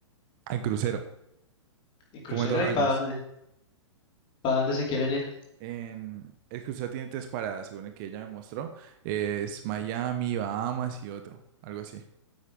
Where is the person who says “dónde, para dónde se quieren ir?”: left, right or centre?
Left